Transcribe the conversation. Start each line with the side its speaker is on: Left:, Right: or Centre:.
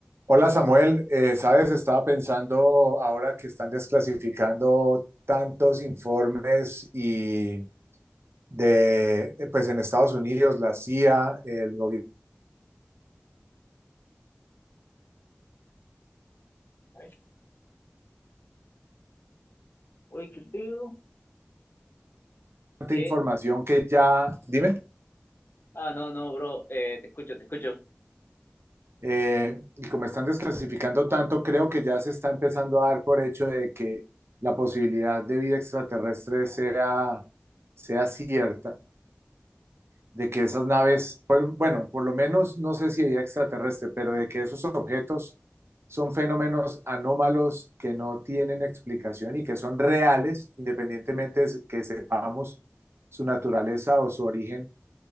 Right: Hola Samuel, Eh, sabes, estaba pensando ahora que están desclasificando tantos informes y de, eh, pues en Estados Unidos, la CIA, el gobierno,
Left: ¿Vale? Uy, qué pedo.
Right: tanta
Left: ¿Qué?
Right: información que ya, dime,
Left: Ah, no, no, bro. Eh, te escucho, te escucho.
Right: eh, y como están desclasificando tanto, creo que ya se está empezando a dar por hecho de que la posibilidad de vida extraterrestre sea, sea cierta. de que esas naves, fueron- bueno, por lo menos no sé si había extraterrestre, pero de que esos objetos son fenómenos anómalos que no tienen explicación y que son reales, independientemente de que sepamos su naturaleza o su origen.